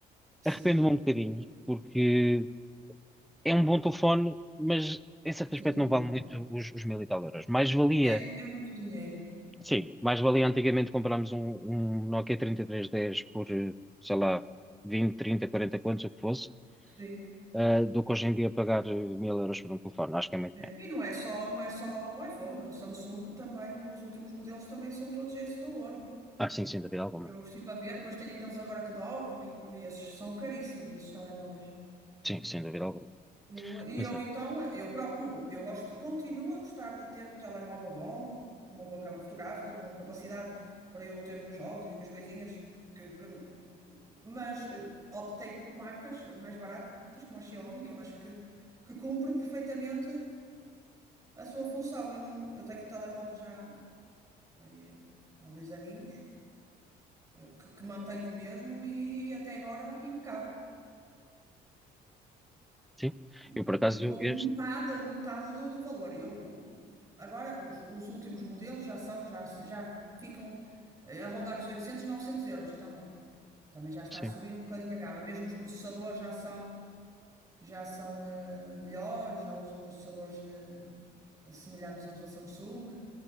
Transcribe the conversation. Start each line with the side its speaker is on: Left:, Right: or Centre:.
Right: Sim,
Centre: Arrependo-me um bocadinho, porque é um bom telefone, mas em certo
Right: sim,
Centre: aspecto
Right: claro.
Centre: não vale muito os, os mil e tal euros. Mais valia,
Right: É, mu- é muito dinheiro.
Centre: sim, mais valia antigamente comprarmos um, um Nokia trinta e três dez por, eh, sei lá, 20, 30, 40, quantos, o que fosse,
Right: Sim.
Centre: eh, do que hoje em dia pagar eh, mil euros por um telefone. Acho que é muito
Right: É,
Centre: dinheiro.
Right: E não é só, não é só o iPhone, o Samsung também, os últimos modelos também são todos esse valor.
Centre: Ah, sim, sem dúvida alguma.
Right: Eu estive a ver, depois tem aqueles agora que dobram e, que- e esses são caríssimos, esses telemóveis.
Centre: Sim, sem dúvida alguma.
Right: Eu, e
Centre: Mas
Right: eu
Centre: também,
Right: então, eu procuro, eu gosto, continuo a gostar de ter um telemóvel bom, com uma boa câmara fotográfica, com capacidade para eu ter os meus jogos e as minhas coisinhas, que, que- mas eh, optei por marcas mais baratas, como a Xiaomi, que eu acho que, que cumpre perfeitamente. a sua função. Eu, não, eu tenho o telemóvel já vai, eh, há dois aninhos, eh, que, que mantenho o mesmo e até agora impecável.
Centre: sim.
Right: E,
Centre: Eu, por acaso,
Right: e com metade,
Centre: este,
Right: metade do, do valor. Eu, o- agora, os, os últimos modelos já são, já, já ficam eh, a rondar os 800 900 euros também. Também já está
Centre: sim.
Right: a subir um bocadinho a gama. Mesmo os processadores já são. já são eh, melhores, já usam processadores eh, semelhantes aos da Samsung,